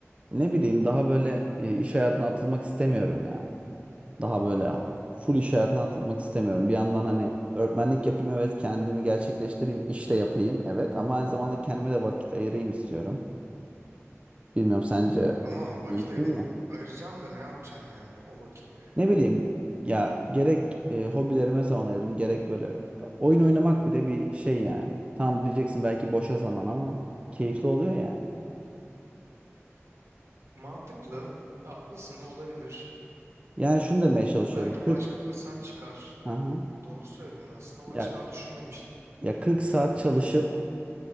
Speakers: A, on the right; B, on the right.
A: Ne bileyim daha böyle e, iş hayatına atılmak istemiyorum ya. Daha böyle full iş hayatına atılmak istemiyorum. Bir yandan hani öğretmenlik yapayım evet kendimi gerçekleştireyim iş de yapayım evet ama aynı zamanda kendime de vakit ayırayım istiyorum. Bilmiyorum sence
B: Tamam vakit
A: mümkün
B: ayırmak
A: mü?
B: ayıracaksın da ne yapacaksın yani o vakitte?
A: Ne bileyim ya gerek e, hobilerime zaman ayırırım gerek böyle oyun oynamak bile bir şey yani. Tam diyeceksin belki boşa zaman ama keyifli oluyor yani.
B: Mantıklı, haklısın olabilir.
A: Yani şunu demeye çalışıyorum.
B: Belki
A: 40
B: başka fırsat çıkar.
A: Aha.
B: Doğru söylüyorsun aslında.
A: Ya
B: O açıdan düşünmemiştim.
A: ya 40 saat çalışıp